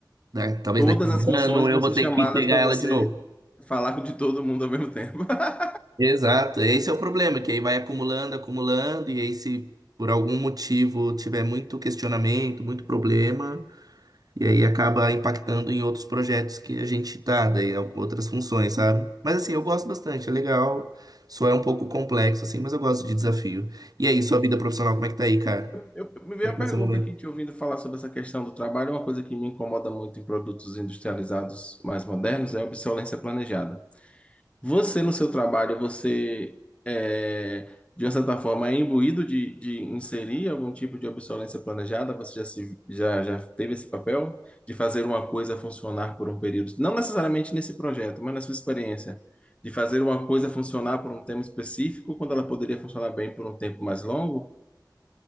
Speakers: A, on the right; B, on the left.
A: né, talvez
B: Todas
A: daqui a um
B: as funções
A: ano,
B: vão
A: eu vou
B: ser
A: ter
B: chamadas
A: que pegar
B: para
A: ela
B: você
A: de novo.
B: falar com de todo mundo ao mesmo tempo. <laughs>
A: Exato. Esse é o problema, que aí vai acumulando, acumulando, e aí se por algum motivo tiver muito questionamento, muito problema, E aí acaba impactando em outros projetos que a gente tá, daí com outras funções, sabe? Mas assim, eu gosto bastante, é legal. Só é um pouco complexo, assim, mas eu gosto de desafio. E aí, sua vida profissional, como é que tá aí, cara?
B: Eu, me veio
A: Como é
B: uma
A: que
B: pergunta
A: tá seu momento?
B: aqui, te ouvindo falar sobre essa questão do trabalho, uma coisa que me incomoda muito em produtos industrializados mais modernos é a obsolescência planejada. Você, no seu trabalho, você, é, de uma certa forma, é imbuído de, de inserir algum tipo de obsolescência planejada? Você já, se, já, já teve esse papel de fazer uma coisa funcionar por um período? Não necessariamente nesse projeto, mas na sua experiência. De fazer uma coisa funcionar por um tempo específico, quando ela poderia funcionar bem por um tempo mais longo?